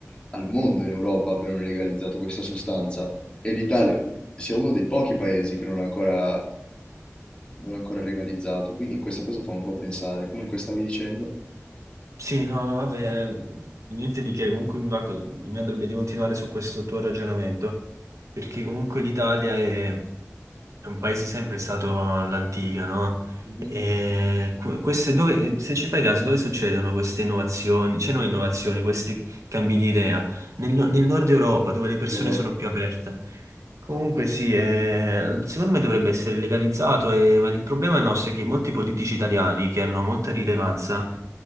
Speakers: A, on the left (about 20°); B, on the right (about 80°).
A: al mondo in Europa abbiano legalizzato questa sostanza e l'Italia sia uno dei pochi paesi che non l'ha ancora, non l'ha ancora legalizzato. Quindi questa cosa fa un po' pensare. Comunque stavi dicendo
B: Sì, no, no, vabbè, niente di che, comunque mi va co- mi andrebbe di continuare su questo tuo ragionamento, perché comunque l'Italia è È un paese sempre stato all'antica, no?
A: Mhm.
B: E que- queste dove, se ci fai caso, dove succedono queste innovazioni? C'è non innovazioni, questi cambi di idea? Nel, nel nord Europa, dove le persone
A: però,
B: sono più aperte. Comunque sì, eh, secondo me dovrebbe essere legalizzato, eh, ma il problema nostro è che molti politici italiani, che hanno molta rilevanza,